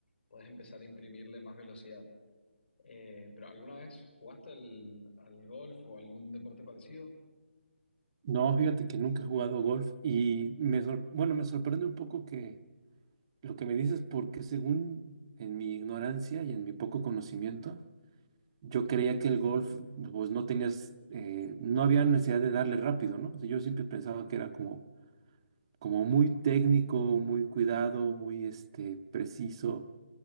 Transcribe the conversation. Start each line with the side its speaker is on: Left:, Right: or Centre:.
Left: puedes empezar a imprimirle más velocidad. Eh, pero ¿alguna vez jugaste al, al golf o algún deporte parecido?
Right: No, fíjate que nunca he jugado golf y me sor- bueno, me sorprende un poco que lo que me dices porque según en mi ignorancia y en mi poco conocimiento, yo creía que el golf pues no tenías eh, no había necesidad de darle rápido, ¿no? O sea, yo siempre pensaba que era como como muy técnico, muy cuidado, muy este preciso,